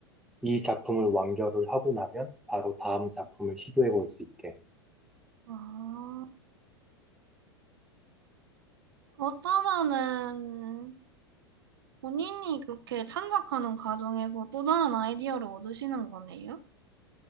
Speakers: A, in the centre; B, on the right.
A: 이 작품을 완결을 하고 나면 바로 다음 작품을 시도해 볼 수 있게.
B: 아, 그렇다면은 본인이 그렇게 창작하는 과정에서 또 다른 아이디어를 얻으시는 거네요?